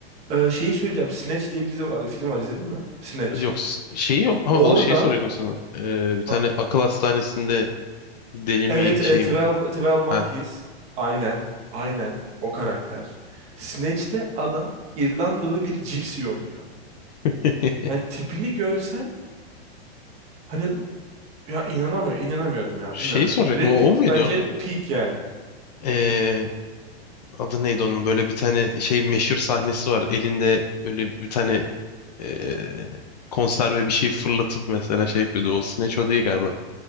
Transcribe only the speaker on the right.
e, şeyi söyleyeceğim. Snatch diye bir dizi var. Film var izledin mi? Snatch.
Orada
ha
evet e,
Twelve
12
Monkeys. Aynen. Aynen o karakter. Snatch'te adam İrlandalı bir cipsi oynuyor.
Yani tipini görsen hani ya inanamıyorum, inanamıyorum ya
bilmiyorum.
Brad Pitt
bence peak yani.